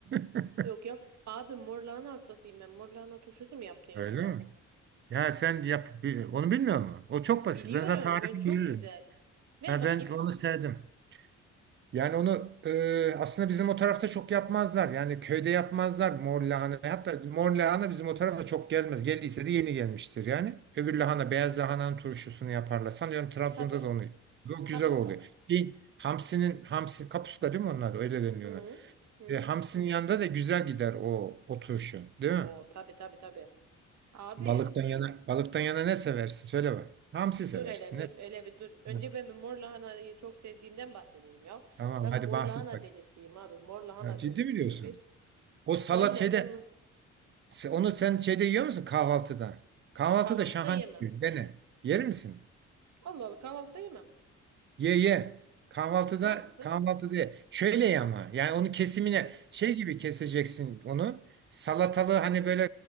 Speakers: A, on the right; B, on the right.
A: <laughs>
B: Yok ya. Abi mor lahana hastasıyım ben. Mor lahana turşusu mu yaptın yoksa?
A: Öyle mi? Ya sen yap bil- onu bilmiyor musun? O çok basit.
B: Biliyorum.
A: Ben sana tarifini
B: Ben çok
A: veririm.
B: güzel. Ver
A: Ya
B: bakayım.
A: ben onu sevdim. Yani onu e, aslında bizim o tarafta çok yapmazlar. Yani köyde yapmazlar mor lahana. Hatta mor lahana bizim o tarafa çok gelmez. Geldiyse de yeni gelmiştir yani. Öbür
B: Hı.
A: lahana beyaz lahananın turşusunu yaparlar. Sanıyorum Trabzon'da
B: Tabii.
A: da onu. O güzel
B: Kapuska.
A: oluyor. Bir hamsinin hamsi kapuska değil mi onlar? da? Öyle deniliyor
B: Hı.
A: ona.
B: Hı
A: E,
B: hı.
A: hamsinin yanında da güzel gider o o turşu, değil mi?
B: Oo, tabii tabii tabii. Abi.
A: Balıktan yana balıktan yana ne seversin? Söyle bak. Hamsi seversin.
B: Dur hele dur
A: Ne?
B: hele bir dur. Önce
A: Ne?
B: ben bir mor lahanayı çok sevdiğimden bahsedeyim ya.
A: Tamam
B: Ben
A: hadi
B: mor
A: bahset
B: lahana
A: bak.
B: delisiyim abi. Mor lahana
A: Ya, ciddi
B: delisiyim
A: mi diyorsun?
B: bir.
A: O salatiyede
B: Aynen ben
A: Se- Onu sen şeyde yiyor musun kahvaltıda? Kahvaltıda
B: kahvaltıda
A: şahane.
B: yemem.
A: bir şey. Dene. Yer misin?
B: Allah Allah kahvaltıda yemem.
A: Ye ye. Kahvaltıda
B: Nasıl?
A: kahvaltı diye. Şöyle ye ama yani onu kesimine
B: Yo-
A: şey gibi keseceksin onu. Salatalı hani böyle